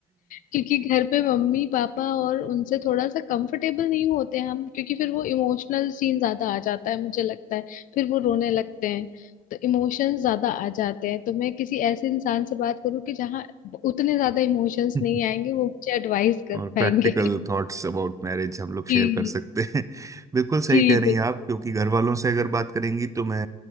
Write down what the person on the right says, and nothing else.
<laughs>
और
प्रैक्टिकल
थॉट्स अबाउट मैरिज हम लोग शेयर
कर सकते हैं <laughs> बिल्कुल सही
कह रही
हैं आप क्योंकि घर वालों से अगर बात करेंगी तो मैं